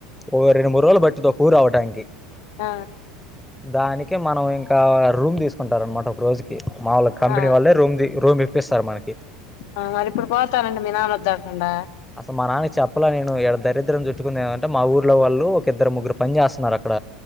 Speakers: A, in the centre; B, on the left.
A: ఓ రెండు మూడు రోజులు పట్టిద్ది ఒక ఊరు అవటానికి.
B: ఆ
A: దానికే మనం ఇంకా రూమ్ తీసుకుంటారన్నమాట ఒక రోజు కి మాములుగా కంపెనీ
B: ఆ
A: వాళ్లే రూమ్ రూమ్ ఇప్పిస్తారు మనకి.
B: ఆ మరి ఇప్పుడు పోతానంటే మీ నాన్న వద్దంటుండా.
A: అసలు మా నాన్నకు చెప్పలే నేను ఇడ దరిద్రం చుట్టుకుంది ఏమంటే మా ఊర్లో వాళ్ళు ఒక ఇద్దరు ముగ్గురు పని చేస్తున్నారు అక్కడ